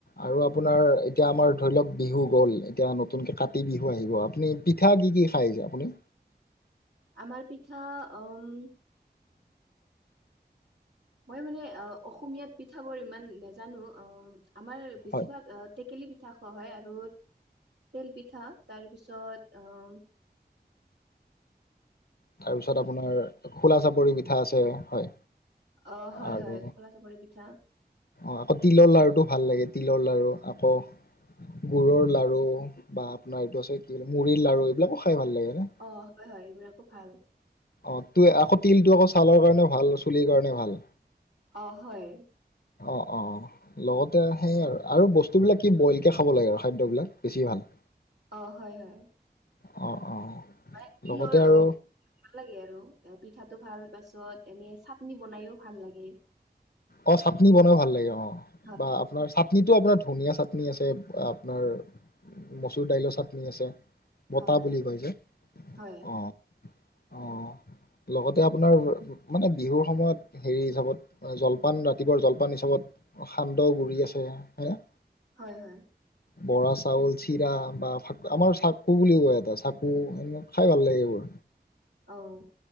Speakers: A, on the left; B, on the right.
A: আৰু আপোনাৰ এতিয়া আমাৰ ধৰি লওক বিহু গ'ল এতিয়া নতুনকে কাতি বিহু আহিব আপুনি পিঠা কি কি খাই আহছে আপুনি
B: আমাৰ পিঠা উম মই মানে অ অসমীয়াত পিঠ বোৰ ইমান নাজানো, অ', আমাৰ বেছিভাগ
A: হয়
B: অ টেকেলি পিঠা খোৱা হয়। আৰু তেল পিঠা তাৰ পিছত অহ <inaudible>
A: তাৰপিছত আপোনাৰ খোলা চাপৰি পিঠা আছে হয়
B: অ হয়
A: আৰু
B: হয় খোলা চাপৰি পিঠা
A: অ আকৌ তিলৰ লাৰুটো ভাল লাগে তিলৰ লাৰু আকৌ গুৰৰ লাৰু বা আপোনাৰ এইটো আছে কি মুড়িৰ লাৰু এইবিলাকো খাই ভাল লাগে ন
B: অ', হয়', হয়', এইবিলাকো ভাল।
A: অ', তো আকৌ তিলটো আকৌ ছালৰ কাৰণে ভাল, চুলিৰ কাৰণে ভাল।
B: অ', হয়।
A: অ', অ', অ',
B: উম
A: লগতে সেই আৰু আৰু বস্তুবিলাক কি ব'ইলকে খাব লাগে আৰু খাদ্যবিলাক বেছি ভাল।
B: অ', হয়, হয়।
A: অ'। অ
B: মানে তিলৰ
A: লগতে আৰু
B: অ', ভাল লাগে আৰু। অ', পিঠাটো ভাল পাছত এনে চাটনি বনাইও ভাল লাগে।
A: অ', চাটনি বনায়ো ভাল লাগে অ',
B: হয়
A: বা আপোনাৰ চাটনিটো আপোনাৰ ধনীয়া চাটনি আছে, আপোনাৰ মচুৰ দাইলৰ চাটনি আছে, বতা
B: হয় হয়
A: বুলি কয় যে,
B: হয়
A: অ'। অ', লগতে আপোনাৰ মানে বিহুৰ সময়ত হেৰি হিচাপত অ', জলপান ৰাতিপুৱাৰ জলপান হিচাপত সান্দহ গুৰি আছে, হয় নে?
B: হয় হয়
A: বৰা চাউল, চিৰা বা আমাৰ চাকু বুলি কয় এটা চাকু এনে খাই ভাল লাগে এইবোৰ
B: অ',